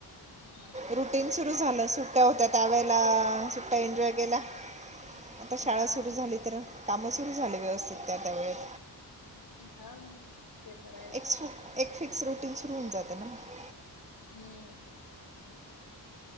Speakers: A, on the left; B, on the right.
A: हा का.
B: रुटीन सुरू झालं अस सुट्ट्या होत्या त्यावेळेला सुट्ट्या एन्जॉय केल्या. <inaudible> आता शाळा
A: हा
B: सुरू झाली तर कामं सुरू झाले व्यवस्थित त्या त्या वेळेेत.
A: हा मग ते तर आहेच.
B: एक एक फिक्स रुटीन सुरू होऊन जातं ना मग.
A: हम्म